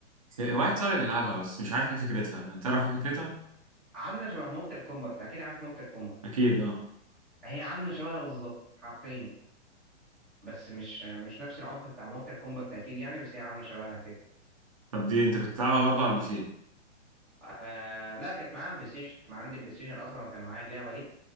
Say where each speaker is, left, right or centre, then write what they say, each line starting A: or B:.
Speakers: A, on the right; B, in the centre.
A: واحد صاحبي بيلعبها بس مش عارف ايه فكرتها يعني تعرف ايه فكرتها
B: عامله شبه مورتال كومبات اكيد عارف مورتال كومبات
A: اكيد اه
B: هي عامله شبهها بالظبط حرفيا بس مش مش نفس العنف بتاع مورتال كومبات اكيد يعني بس هي عامله شبهها كده
A: طب دي انت كنت بتلعبها برضو على البي سي
B: آه لا كانت معايا بلاي ستيشن انا عندي بلاي ستيشن اصلا وكان معايا اللعبه دي